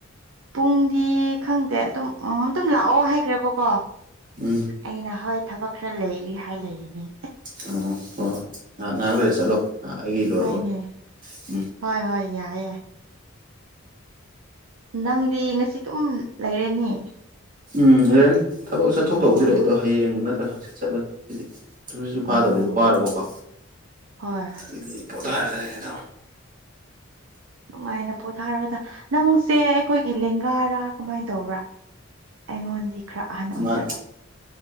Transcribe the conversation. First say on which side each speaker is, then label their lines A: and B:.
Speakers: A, on the right; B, on the right.
A: ꯄꯨꯡꯗꯤ ꯈꯪꯗꯦ ꯑꯗꯨꯝ ꯎꯝ ꯑꯗꯨꯝ ꯂꯥꯛꯑꯣ ꯍꯥꯏꯈ꯭ꯔꯦꯕꯀꯣ
B: ꯎꯝ
A: ꯑꯩꯅ ꯍꯣꯏ ꯊꯕꯛ ꯈꯔ ꯂꯩꯔꯤ ꯍꯥꯏ ꯂꯩꯔꯤꯅꯦ
B: ꯑꯣ ꯍꯣꯏ ꯍꯣꯏ ꯉꯥꯍꯥꯛ ꯉꯥꯍꯥꯛ ꯂꯩꯔ ꯆꯠꯂꯣ ꯍꯥꯛ ꯑꯩꯒꯤ ꯂꯣꯏꯔꯒ
A: ꯍꯣꯏꯅꯦ
B: ꯎꯝ
A: ꯍꯣꯏ ꯍꯣꯏ ꯌꯥꯏꯌꯦ ꯅꯪꯗꯤ ꯉꯁꯤꯗꯨꯝ ꯂꯩꯔꯥꯅꯤ
B: ꯎꯝ ꯂꯩꯔꯅꯤ ꯊꯕꯛ ꯆꯠꯊꯣꯛꯇꯧꯕꯗꯤ
A: ꯑꯣ
B: ꯂꯩ ꯑꯗꯣ ꯍꯌꯦꯡ ꯅꯠꯇ꯭ꯔꯒ ꯍꯥꯡꯆꯤꯠ ꯆꯠꯂꯅꯤ ꯁꯤꯗꯤ ꯇꯨꯝꯁꯤꯠꯁꯨ
A: ꯑꯣ
B: ꯐꯥꯗꯕꯤꯗ ꯋꯥꯔꯕꯀꯣ
A: ꯍꯣꯏ
B: ꯑꯗꯨꯒꯤ ꯄꯣꯊꯔꯥ ꯂꯩꯔꯒꯦ ꯇꯧꯅꯤ
A: ꯅꯨꯡꯉꯥꯏꯅ ꯄꯣꯊꯥꯔꯣꯗ ꯅꯪꯁꯦ ꯑꯩꯈꯣꯏꯒꯤ ꯂꯦꯡꯒꯥꯔꯥ ꯀꯃꯥꯏꯟ ꯇꯧꯕ꯭ꯔꯥ ꯑꯩꯉꯣꯟꯗꯤ ꯈꯔ ꯑꯍꯟ ꯑꯣꯏꯖꯠꯂꯥ
B: ꯃꯥ